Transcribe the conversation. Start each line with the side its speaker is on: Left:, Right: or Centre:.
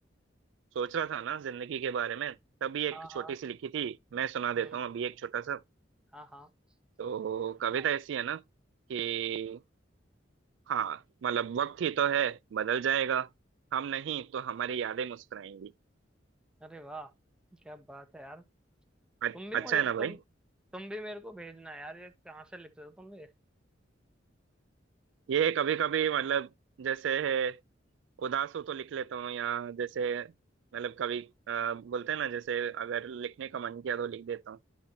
Right: सोच रहा था ना जिंदगी के बारे में तभी एक
Centre: हाँ
Right: छोटी
Centre: हाँ
Right: सी लिखी थी मैं सुना देता
Centre: हम्म
Right: हूँ अभी एक छोटा सा
Centre: हाँ हाँ
Right: तो
Centre: सुनाओ
Right: कविता ऐसी है ना कि हाँ मतलब वक्त ही तो है बदल जाएगा हम नहीं तो हमारी यादें मुस्कुराएंगी
Centre: अरे वाह क्या बात है यार तुम
Right: अ-
Centre: भी मुझे
Right: अच्छा है ना भाई
Centre: तुम तुम भी मेरे को भेजना यार ये कहाँ से लिख रहे हो तुम भी
Right: ये कभी कभी मतलब जैसे उदास हो तो लिख लेता हूँ या जैसे मतलब कभी अ, बोलते हैं ना जैसे अगर लिखने का मन किया तो लिख देता हूँ